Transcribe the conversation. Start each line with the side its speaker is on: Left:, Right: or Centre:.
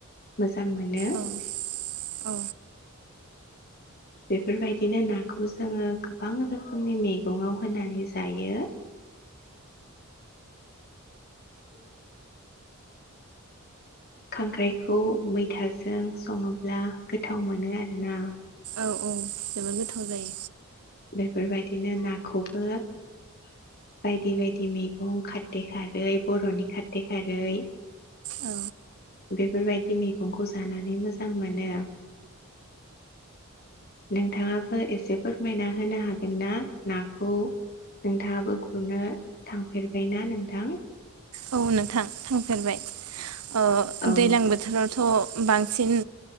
Left: मोजां मोनो
Right: औ औ
Left: बेफोरबायदिनो नाखौ जोङो गोबां रोखोमनि मैगङाव होनानै जायो <inaudible> खांख्राइखौ मैथाजों सङोब्ला गोथाव मोनो आरोना
Right: औ औ जबोर गोथाव जायो
Left: बेफोरबायदिनो नाखौबो बायदि बायदि मैगं खारदै खारै बरनि खारदै खारै
Right: औ
Left: बेफोरबायदि मैगंखौ जानानै मोजां मोनो नोंथाङाबो एसे फोरमायना होनो हागोन ना नाखौ नोंथाङाबो गुरनो थांफेरबायना नोंथां
Right: औ नोंथां थांफेरबाय ओ
Left: औ
Right: दैलां बोथोरावथ बांसिन